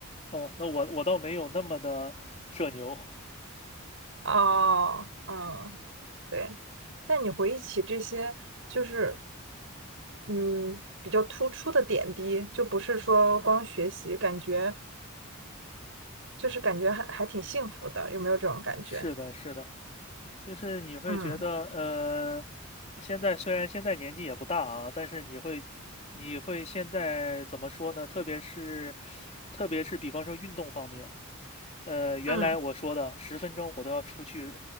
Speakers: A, on the left (about 30°); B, on the right (about 65°).
A: 哦，那我我倒没有那么的社牛。
B: 哦，嗯，对。但你回忆起这些，就是嗯，比较突出的点滴，就不是说光学习，感觉就是感觉还还挺幸福的，有没有这种感觉？
A: 是的，是的，就是你会觉得，
B: 嗯
A: 呃，现在虽然现在年纪也不大啊，但是你会，你会现在怎么说呢？特别是，特别是比方说运动方面，呃，原来我说的十分钟我都要出去
B: 嗯，